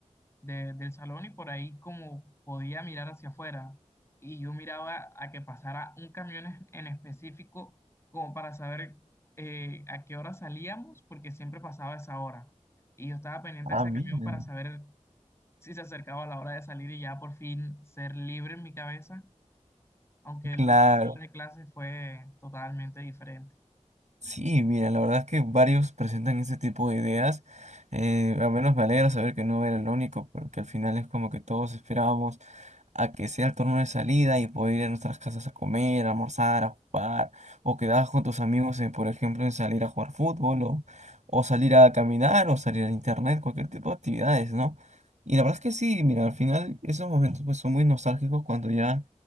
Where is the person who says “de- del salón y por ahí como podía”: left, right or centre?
Left